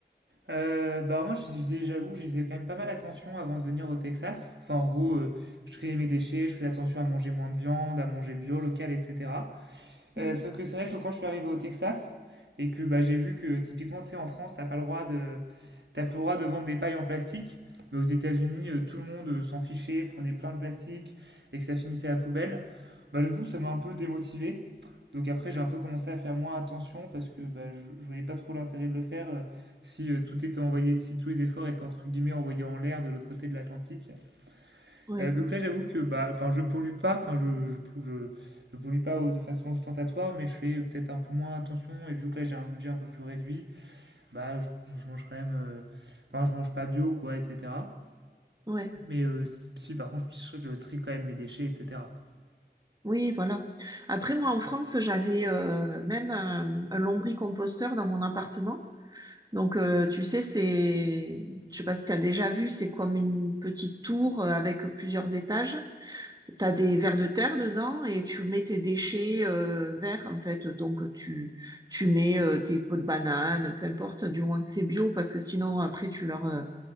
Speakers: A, on the right; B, on the right.
A: Euh, bah moi, j'y faisais, j'avoue, j'y faisais quand même pas mal attention avant de venir au Texas. Enfin, en gros, euh, je triais mes déchets, je faisais attention à manger moins de viande, à manger bio, local, etc. Euh,
B: Mm.
A: sauf que c'est vrai que quand je suis arrivé au Texas et que bah, j'ai vu que typiquement, tu sais, en France, t'as pas le droit de, t'as plus le droit de vendre des pailles en plastique. Mais aux États-Unis, euh, tout le monde euh, s'en fichait, prenait plein de plastique et que ça finissait à la poubelle. Bah, j'avoue, ça m'a un peu démotivé. Donc après, j'ai un peu commencé à faire moins attention parce que bah, je, je voyais pas trop l'intérêt de le faire euh, si euh, tout était envoyé, si tous les efforts étaient entre guillemets envoyés en l'air de l'autre côté de l'Atlantique.
B: Ouais,
A: Euh, donc là, j'avoue que bah, enfin, je pollue pas, enfin, je, je, je, je pollue pas au- de façon ostentatoire, mais je fais euh, peut-être un peu moins attention. Et vu que là, j'ai un budget un peu plus réduit, bah, je, je mange quand même, euh, enfin, je mange pas bio, quoi, etc.
B: ouais.
A: Mais euh, si, si, par contre, je, je trie quand même mes déchets, etc.
B: Oui, voilà. Après, moi, en France, j'avais euh, même un, un lombricomposteur dans mon appartement. Donc, euh, tu sais, c'est, je sais pas si tu as déjà vu, c'est comme une petite tour euh, avec plusieurs étages. T'as des vers de terre dedans et tu mets tes déchets euh, verts en fait. Donc tu tu mets euh, tes pots de banane, peu importe, du moins que c'est bio parce que sinon après tu leur euh,